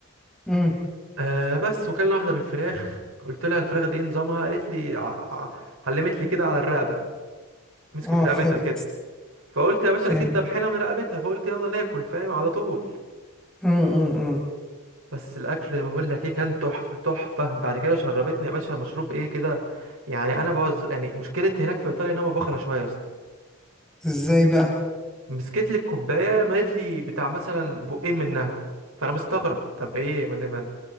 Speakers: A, in the centre; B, on the right (about 70°).
A: امم
B: آه بس وكلنا واحدة بالفراخ قلت لها الفراخ دي ايه نظامها قالت لي ع... ع- علمت لي كده على الرقبة مسكت
A: اه
B: رقبتها
A: فهمت
B: كده فقلت يا باشا
A: فهمت
B: اكيد ده بحيله من رقبتها فقلت يلا ناكل فاهم على طول
A: امم امم أمم.
B: بس الاكل بقول لك ايه كان تحفه تحفه بعد كده شربتني يا باشا مشروب ايه كده يعني انا بوز يعني مشكله هناك في ايطاليا ان هم بخله شويه يا اسطى
A: ازاي بقى
B: مسكت لي الكوبايه مالت لي بتاع مثلا بقين منها فانا مستغرب طب ايه من من